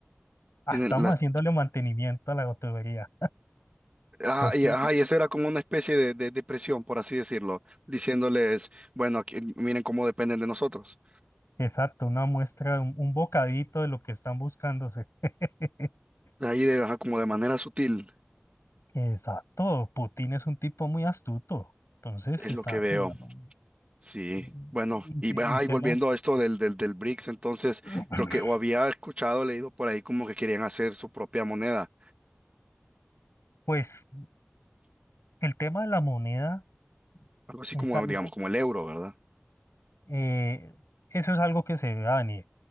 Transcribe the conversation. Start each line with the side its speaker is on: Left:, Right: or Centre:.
Left: Ah,
Right: tienen-
Left: estamos
Right: las-
Left: haciéndole mantenimiento a la tubería.
Right: Ah,
Left: Los
Right: y,
Left: puso,
Right: ajá, y eso era como una especie de, de, de presión, por así decirlo, diciéndoles, bueno, aquí- miren cómo dependen de nosotros.
Left: exacto, una muestra, un, un bocadito de lo que están buscándose. <laughs>
Right: Ahí, de, ajá, como de manera sutil,
Left: Exacto, Putin es un tipo muy astuto. Entonces
Right: es
Left: está
Right: lo que veo.
Left: jugando.
Right: Sí,
Left: ¿Y
Right: bueno,
Left: y
Right: y,
Left: qué
Right: ajá,
Left: y qué
Right: y volviendo
Left: más?
Right: a esto del, del, del BRICS, entonces
Left: <clears throat>
Right: creo que o había escuchado, leído por ahí como que querían hacer su propia moneda,
Left: Pues. El tema de la moneda
Right: algo así
Left: es
Right: como,
Left: algo,
Right: digamos, como el euro, ¿verdad?
Left: eh, eso es algo que se debe venir.